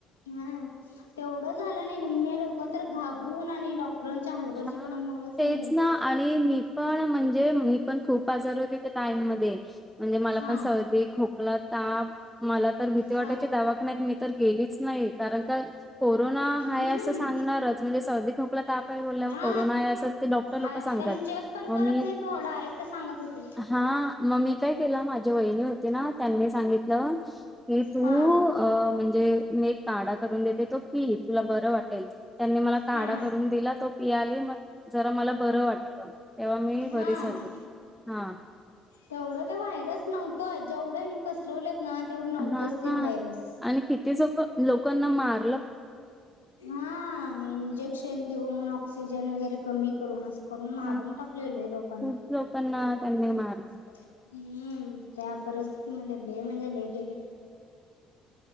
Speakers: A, on the left; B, in the centre.
A: हा तेवढं झालं ना निम्मे लोक तर घाबरून आणि डॉक.... क्टरांच्या हलगर्जीपणामुळेच
B: हा तेच
A: मेलेत....
B: ना आणि मी पण म्हणजे मी पण खूप आजार होते त्या टाईम मध्ये..... म्हणजे मला
A: हा
B: पण सर्दी खोकला ताप मला तर भीती वाटायची
A: हा
B: दवाखाण्यात नाहीत मी..... तर गेलीच नाही कारण का कोरोना ह
A: हम्म
B: असं सांगणारच म्हणजे सर्दी खोकला ताप.. ब
A: हा
B: अस डॉक्टर
A: हाय
B: लोक सांगतात
A: पण चेक पण
B: मग
A: करत
B: म...
A: नाही तो डायरेक्ट सांगत होते.
B: हा मग मी काय केलं माझ्या वहिणी होती ना त्यांनी सांगितलं की तू....
A: हा
B: अ म्हणजे मी एक काढा करून देते तो पी तुला बरं वाटेल.... त्यांनी मला काढा
A: हा
B: करून दिला तो पियाली मग जरा मला बरं वाटलं.... तेव्हा मी
A: हा...
B: बरी झाली हा
A: तेवढं ते व्हायरस नव्हतं जेवढं पसरवलंत ना तेवढं नव्हतंच
B: हा
A: ते व्हायरस....
B: आणि किती सोप लोकांना मार....
A: हा इंजेक्शन देऊन ऑक्सिजन वगैरे.... कमी करून असं करून मारून
B: हा
A: टाकलेले लय लोकांना....
B: खूप लोकांना त्यांनी
A: हम्म
B: मारलं
A: त्या परिस्थितीमध्ये लय म्हणजे लय गेले.....